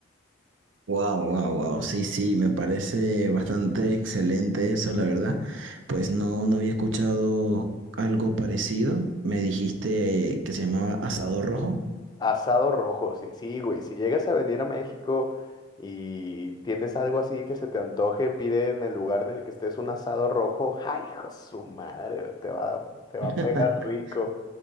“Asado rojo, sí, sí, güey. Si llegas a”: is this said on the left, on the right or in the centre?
Left